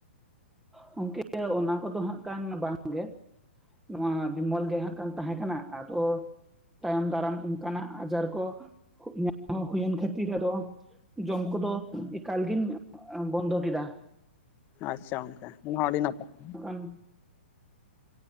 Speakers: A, in the centre; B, on the left (about 30°).
A: ᱜᱚᱝᱠᱮ ᱚᱱᱟ ᱠᱚᱫᱚ ᱦᱟᱸᱜ ᱠᱟᱱ ᱵᱟᱝ ᱜᱮ ᱱᱚᱣᱟ ᱵᱤᱢᱚᱞ ᱜᱮ ᱦᱟᱸᱜ ᱠᱟᱱ ᱛᱟᱦᱮᱸ ᱠᱟᱱᱟ ᱟᱫᱚ ᱛᱟᱭᱚᱢ ᱫᱟᱨᱟᱢ ᱚᱱᱠᱟᱱᱟᱜ ᱟᱡᱟᱨ ᱠᱚ ᱧᱟᱢ ᱦᱩᱭᱮᱱ ᱠᱷᱟᱹᱛᱤᱨ ᱟᱫᱚ ᱡᱚᱢ ᱠᱚᱫᱚ ᱮᱠᱟᱞᱜᱤᱧ ᱵᱚᱱᱫᱚ ᱠᱮᱫᱟ᱾
B: ᱟᱪᱪᱷᱟ ᱜᱚᱝᱠᱮ ᱚᱱᱟᱦᱚᱸ ᱟᱹᱰᱤ ᱱᱟᱯᱟᱭ ᱾
A: ᱠᱷᱟᱱ